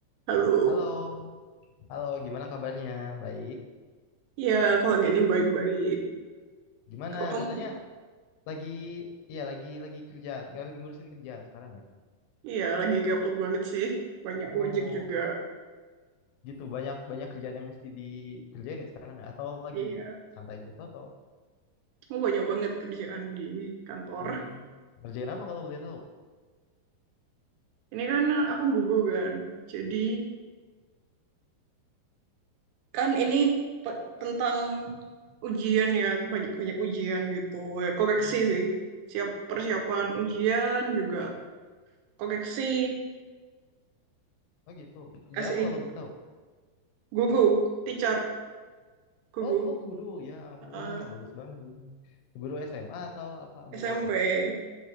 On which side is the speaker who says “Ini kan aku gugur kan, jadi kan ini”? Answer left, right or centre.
Right